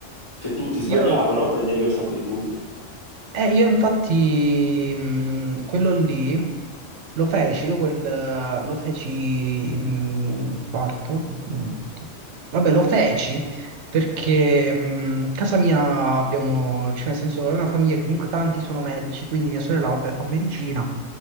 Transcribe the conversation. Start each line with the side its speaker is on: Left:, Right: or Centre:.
Left: che tutti sbagliavano,
Right: io...
Left: prendevi un sacco di punti.
Right: Eh, io infatti mh, quello lì lo feci, io quel, eh, lo feci in quarto, in quinto. Vabbè, lo feci perché mh, casa mia abbiamo, cioè nel senso è una famiglia che comunque tanti sono medici, quindi mia sorella vabbè fa medicina,